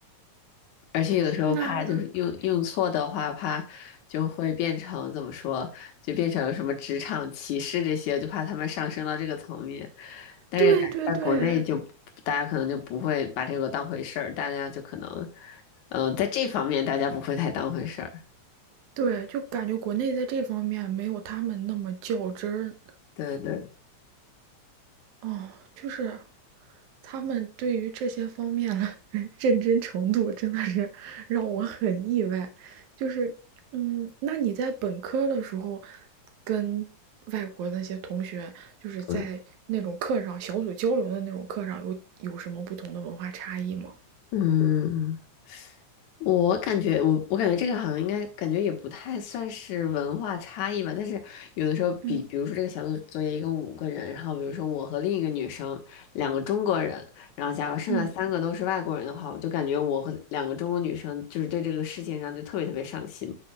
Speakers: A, on the left (about 75°); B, on the right (about 80°).
A: 而且有的时候怕就是用用错的话，
B: 那 <laughs>
A: 怕就会变成怎么说，就变成什么职场歧视这些，就怕他们上升到这个层面。但是感觉在国内就大家可能就不会把这个当回事儿，
B: 对对对
A: 大家就可能，嗯、在这方面大家不会太当回事儿。
B: 对，就感觉国内在这方面没有他们那么较真儿，
A: 对对，
B: 哦，就是他们对于这些方面的 <laughs> 认真程度，真的是让我很意外。就是，嗯，那你在本科的时候，跟外国那些同学，就是在那种课上小组交流的那种课上，
A: 嗯。
B: 有有什么不同的文化差异吗？
A: 嗯我感觉我我感觉这个好像应该感觉也不太算是文化差异吧，但是有的时候比比如说这个小组作业一共五个人，
B: 嗯
A: 然后比如说我和另一个女生，两个中国人，然后假如剩下三个都是外国人的话，
B: 嗯
A: 我就感觉我和两个中国女生就是对这个事情上就特别特别上心，